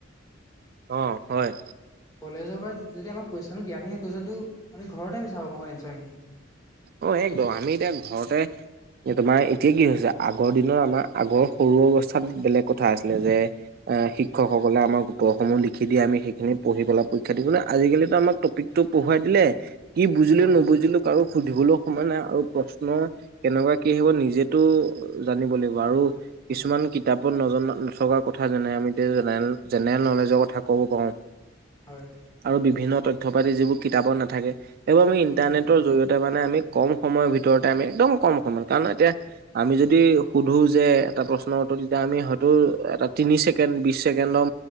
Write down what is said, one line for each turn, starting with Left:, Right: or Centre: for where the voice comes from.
Right: অ হয়
Left: কলেজৰ পৰা যদি আমাক কুৱেচন দিয়ে আমি সেই কুৱেচনটো আমি ঘৰতে আমি চাব পাৰো এনচাৰখিনি
Right: অ একদম আমি এতিয়া ঘৰতে তোমাৰ এতিয়া কি হৈছে আগৰ দিনৰ আমাৰ আগৰ সৰু অৱস্থাত বেলেগ কথা আছিলে যে এ শিক্ষকসকলে আমাৰ উত্তৰ সমূহ লিখি দিয়ে আমি সেইখিনি পঢ়ি পেলাই পৰীক্ষা দিবলে আজিকালিতো আমাক টপিকটো পঢ়োৱাই দিলে কি বুজিলো
Left: হয়
Right: নুবুজিলো
Left: হয়
Right: কাৰো সুধিবলৈও সময় নাই আৰু প্ৰশ্ন কেনেকুৱা কি হব নিজেতো জানিব লাগিব আৰু
Left: হয়
Right: কিছুমান কিতাপত নজনা নথকা কথা যেনে আমি জেনে জেনেৰেল নলেজৰ কথা ক'ব পাৰোঁ
Left: হয়
Right: আৰু বিভিন্ন তথ্য পাতি যিবোৰ কিতাপৰ নাথাকে এইবোৰ আমি ইণ্টাৰনেট
Left: উম
Right: টৰ জৰিয়তে মানে আমি কম সময়ৰ ভিতৰতে আমি একদম কম সময়ত কাৰণ এতিয়া আমি যদি সুধো যে এটা প্ৰশ্নৰ উত্তৰ তেতিয়া আমি হয়তো এটা তিনি চেক ছেকেণ্ড বিশ ছেকেণ্ডৰৰ